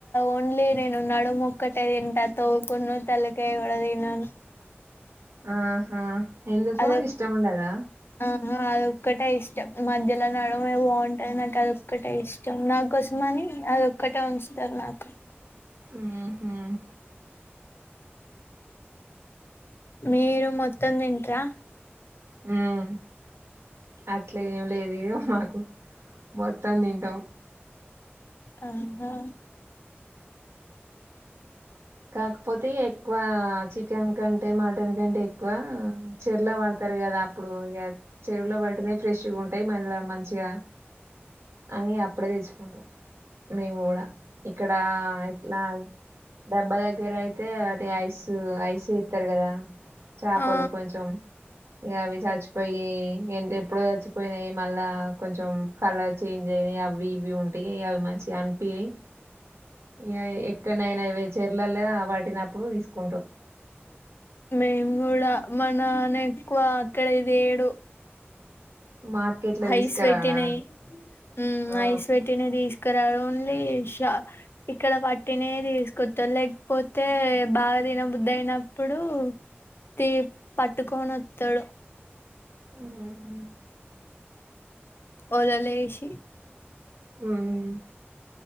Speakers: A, on the left; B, on the right.
A: ఓన్లీ నేను నడుము ఒకటే తింటా తోక, తల కూడా తినను
B: ఆహా ఎందుకు
A: అదే
B: ఇష్టం ఉండదా
A: ఆ అదొక్కటే తీసు ఇష్టం మధ్యలో నడుమే బాగుంటది నాకు అదోక్కటే ఇష్టం నాకోసం అని అదోక్కటే ఉంచుతరు ఇగా నాకు
B: మ్మ్ హ్హ్
A: మీరు మొత్తం దింట్రా
B: మ్మ్ అట్లా ఏం లేదు ఇగా మాకు మొత్తం తింటాం
A: ఆహా
B: కాకపోతే ఎక్కువ చికెన్ కంటే మటన్ కంటే ఎక్కువ చెరులో పడతారు కదా అప్పుడు ఇగ చెరువులో ప ట్టినవి ఫ్రెషగా ఉంటాయి మల్లా మాం చిగా అని అప్పుడే తెచ్చుకుంటాం మేము కూడా ఇక్కడ ఎట్లా డబ్బా దగ్గర అయితే వాటి ఐసు ఐసే ఇత్తరు కదా చాపలు
A: ఆ
B: కొంచెం ఇక అవి చచ్చిపోయి ఎ ఎప్పుడో చచ్చిపోయినాయి మళ్ళా కొంచెం కలర్ చేంజ్ అయి అవి ఇవి ఉంటాయి ఇ అవి మంచిగా అనిపియి ఇక ఎక్కడనైనా ఇవి చెర్లల్లో పట్టినప్పుడు తీసుకుంటాం
A: మేము కూడా మా నాన్న ఎక్కువ అక్కడే తేడు
B: మార్కెట్ల
A: హైస్వేటినవి
B: తీసుకురాడా
A: మ్
B: ఆ
A: ఐస్ పెట్నవి తీస్ కారాడు ఓన్లీ షా ఇక్కడ పట్టినేవి తీసుకొత్తారు లేకపోతే బాగా దిన బుద్ధి అయినప్పుడు తి పట్టుకొనొత్తాడు
B: ఉమ్ హ్మ్
A: ఓలల ఎసి
B: ఉమ్